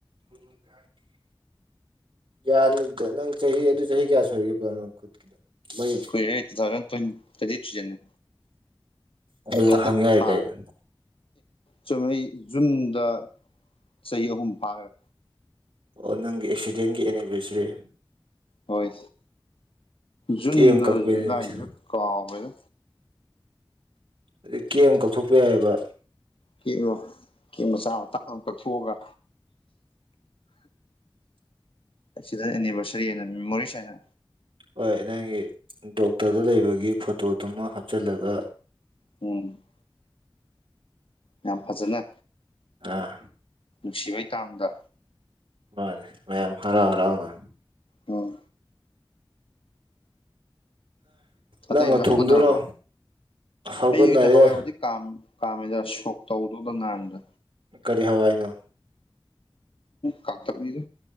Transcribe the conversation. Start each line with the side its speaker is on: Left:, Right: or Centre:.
Right: ꯎ ꯌꯥꯅꯤꯗ ꯅꯪ ꯆꯍꯤ ꯑꯗꯨ ꯆꯍꯤ ꯀꯌꯥ ꯁꯣꯏꯔꯤꯒꯦ ꯄꯣꯅ ꯈꯨꯠꯀꯤꯗꯣ ꯃꯣꯏ
Left: ꯀꯨꯏꯔꯦ ꯇꯨ ꯊꯥꯎꯖꯟ ꯊ꯭ꯔꯤꯖꯅꯤ
Right: ꯑꯗꯨꯗ
Left: ꯍꯖꯤꯛ
Right: ꯍꯪ ꯌꯥꯏ
Left: ꯊꯥ
Right: ꯀꯥꯏꯗ
Left: ꯆꯃꯩ ꯖꯨꯟꯗ ꯆꯍꯤ ꯑꯍꯨꯝ ꯐꯥꯈ꯭ꯔꯦ
Right: ꯑꯣ ꯅꯪꯒꯤ ꯑꯦꯛꯁꯤꯗꯦꯟꯒꯤ ꯑꯦꯅꯤꯚꯔꯁꯔꯤ
Left: ꯍꯣꯏ ꯖꯨꯟꯗ
Right: ꯀꯦꯝ ꯀꯛꯄꯩꯅꯤꯗꯤ
Left: ꯖꯨꯂꯥꯏꯗꯔ ꯀꯥꯎꯕꯗ
Right: ꯑꯗꯩ ꯀꯦꯝ ꯀꯛꯊꯣꯛꯄ ꯌꯥꯏꯑꯕ
Left: ꯀꯉꯣ ꯀ ꯃꯆꯥ ꯃ ꯑꯃ ꯀꯛꯊꯣꯛꯑꯒ ꯑꯦꯛꯁꯤꯗꯦꯟ ꯑꯦꯅꯤꯚꯔꯁꯔꯤ ꯍꯥꯏꯅ ꯃꯦꯃꯣꯔꯤꯁ ꯍꯥꯏꯅ
Right: ꯍꯣꯏ ꯅꯪꯒꯤ ꯗꯣꯛꯇꯔꯗ ꯂꯩꯕꯒꯤ ꯐꯣꯇꯣꯗꯨꯃ ꯍꯥꯞꯆꯤꯜꯂꯒ
Left: ꯎꯝ ꯌꯥꯝ ꯐꯖꯅ
Right: ꯑꯥ
Left: ꯅꯨꯡꯁꯤꯕꯩ ꯇꯥꯡꯗ
Right: ꯃꯥꯅꯦ ꯃꯌꯥꯝ ꯍꯔꯥꯎ ꯍꯔꯥꯎꯅ
Left: ꯑꯣ ꯑꯇꯩ
Right: ꯅꯪꯅ
Left: ꯂꯣꯏ
Right: ꯊꯣꯡꯗꯣꯏꯔꯣ
Left: ꯍꯧꯒꯠꯅꯔꯕ
Right: ꯍꯧꯒꯠꯅꯔꯦ
Left: ꯑꯩꯛꯇ ꯍꯋꯥꯏꯕꯨꯗꯤ ꯀꯥꯝꯃꯤ ꯀꯃꯦꯗ ꯁꯣꯛ ꯇꯕꯨꯗꯣꯗ ꯅꯟꯗ
Right: ꯀꯔꯤ ꯍꯋꯥꯏ ꯅꯣ
Left: ꯀꯝ ꯊꯁꯦ